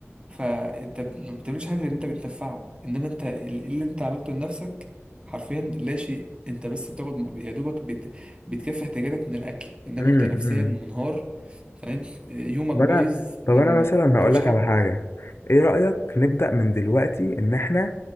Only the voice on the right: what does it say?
فانت ما بتعملش حاجه غير ان انت بتنفعه انما انت ال- إيه اللي انت عملته لنفسك حرفيا لا شيء انت بس بتاخد م- يا دوبك بت... بتكفي احتياجاتك من الاكل انما
انت نفسيا منهار فاهم يومك
بايظ
ما
بتعملش
حاجه